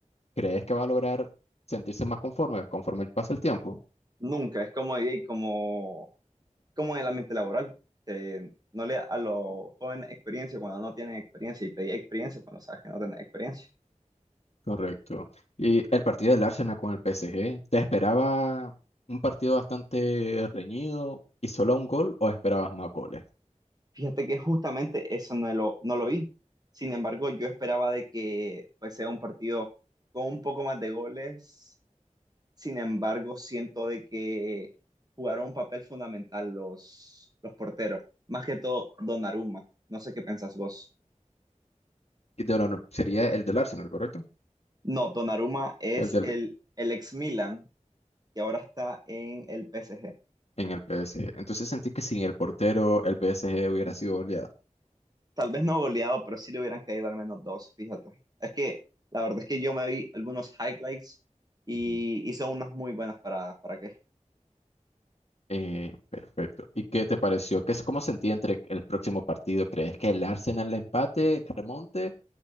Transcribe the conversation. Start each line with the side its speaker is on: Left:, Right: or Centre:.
Left: ¿crees que va a lograr sentirse más conforme conforme pasa el tiempo?
Right: Nunca, es como, y como, como en el ambiente laboral. Te- no le da a los jóvenes experiencia cuando no tienen experiencia y pedir experiencia cuando sabes que no tienen experiencia.
Left: Correcto. Y el partido del Arsenal con el PSG, ¿te esperaba un partido bastante reñido y solo un gol o esperabas más goles?
Right: Fíjate que justamente eso no lo, no lo vi. Sin embargo, yo esperaba de que pues, sea un partido con un poco más de goles. Sin embargo, siento de que jugaron un papel fundamental los, los porteros. Más que todo, Donnarumma. No sé qué pensás vos.
Left: Y de ahora no- sería el del Arsenal, ¿correcto?
Right: No, Donnarumma es
Left: El del
Right: el, el ex Milan y ahora está en el PSG.
Left: en el PSG. Entonces sentí que sin el portero el PSG hubiera sido goleado.
Right: tal vez no goleado, pero sí le hubieran caído al menos dos, fíjate. Es que la verdad es que yo me vi algunos highlights y
Left: Ujú.
Right: hizo unas muy buenas paradas. ¿Para qué?
Left: Eh, perfecto. ¿Y qué te pareció? ¿Qué, es- cómo sentí entre el próximo partido? ¿Crees que el Arsenal le empate, remonte